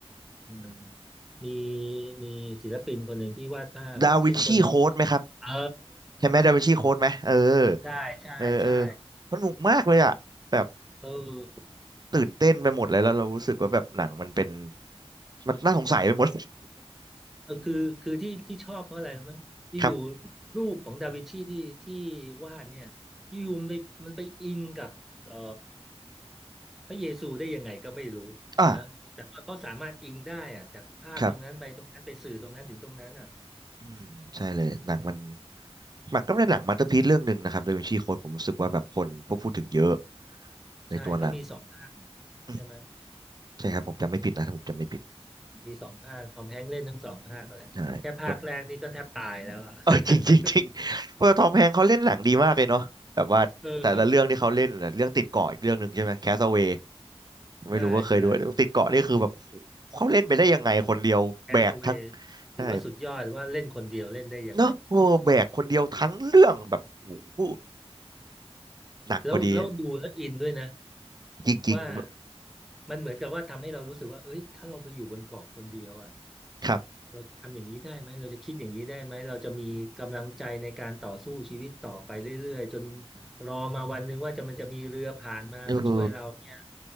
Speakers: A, in the centre; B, on the right.
A: เอิ่มมีมีศิลปินคนหนึ่งที่วาดภาพอ่ะซึ่งคนนี้
B: ดาวินชีโค้ดไหมครับ
A: เออ
B: ใช่ไหมดาวินชีโค้ดไหมเออ
A: ใช่ใช่ใช่
B: เออเออสนุกมากเลยอ่ะแบบ
A: เออ
B: ตื่นเต้นไปหมดเลยแล้วเรารู้สึกว่าแบบหนังมันเป็นมันน่าสงสัยไปหมด
A: เออคือคือที่ที่ชอบเพราะอะไรรู้ไหมันอยู่ๆรูปของดาวินชีที่ที่
B: <laughs> ครับ
A: วาดเนี่ยอยู่ๆมันไปมันไปอิงกับเอ่อพระเยซูได้ยังไงก็ไม่รู้นะแต่ว่าเขาสามารถอิงได้อะจากภาพตรงนั้นไปตรงนั้นไปสื่อตรงนั้นถึงตรงนั้นอ่ะ
B: อ่าครับอืมใช่เลยหนังมันมันก็เป็นหนังมาสเตอร์พีซเรื่องหนึ่งนะครับโดยวินชีโค้ดผมรู้สึกว่าแบบคนพวกพูดถึงเยอะในตัวหนัง
A: ใช่ก็มีสองภาค
B: อืม
A: ใช่ไหม
B: ใช่ครับผมจำไม่ผิดนะถ้าผมจำไม่ผิด
A: มีสองภาคทอมแฮงค์เล่นทั้งสองภาคอะไรแค่ภาคแรกนี่ก็แทบตายแล้วอ่ะ
B: ใช่แบบ
A: <laughs>
B: เออ <laughs> จริงจริงจริงเพราะทอมแฮงค์เขาเล่นหนังดีมากเลยเนาะแบบว่าแต่ละเรื่องที่เขาเล่นน่ะเรื่องติดเกาะอีกเรื่องหนึ่งใช่ไหมแคสเว
A: เออ
B: ไม่รู้ว่าเคยดูติดเกาะนี่คือแบบ
A: ใช่ใช่
B: เขาเล่นไปได้ยังไงคนเดียวแบกทั้ง
A: แคสเวย์ถือว่าสุดยอดว่าเล่นคนเดียวเล่นได้ยังไง
B: ใช่เนอะโอ้แบกคนเดียวทั้งเรื่องแบบโอ้โหหนักพอดี
A: แล้วแล้วดูแล้วอินด้วยนะ
B: จริงๆแบบ
A: ว่ามันเหมือนกับว่าทำให้เรารู้สึกว่าเอ้ยถ้าเราไปอยู่บนเกาะคนเดียวอ่ะ
B: ครับ
A: เราทำอย่างนี้ได้ไหมเราจะคิดอย่างนี้ได้ไหมเราจะมีกำลังใจในการต่อสู้ชีวิตต่อไปเรื่อยๆจนรอมาวันหนึ่งว่าจะมันจะมีเรือผ่านมามาช่วยเราเนี่ย
B: เออ